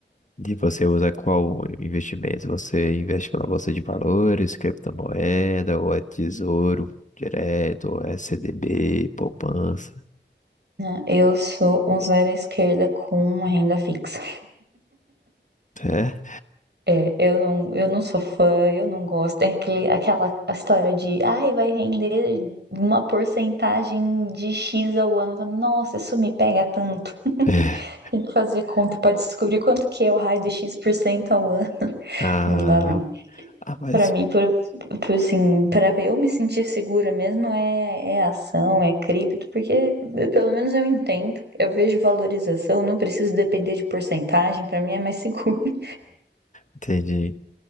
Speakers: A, on the left; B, on the right.
A: e você usa qual investimento? Você investe pela bolsa de valores, criptomoeda, ou é tesouro direto, ou é CDB, poupança?
B: né? Eu sou um zero à esquerda com uma renda fixa.
A: É?
B: É, eu não, eu não sou fã, eu não gosto. Tem aquele, aquela a história de, ai, vai render uma porcentagem de X ao ano. Eu falo, Nossa, isso me pega tanto.
A: <laughs>
B: Tem que fazer conta pra descobrir quanto que é o raio de X% ao ano.
A: Ah,
B: Não dá, não.
A: ah, mas
B: Pra mim, por, por, assim, pra eu me sentir segura mesmo é, é ação, é cripto, porque eu- pelo menos eu entendo. Eu vejo valorização, não preciso depender de porcentagem, pra mim é mais seguro. <laughs>
A: entendi.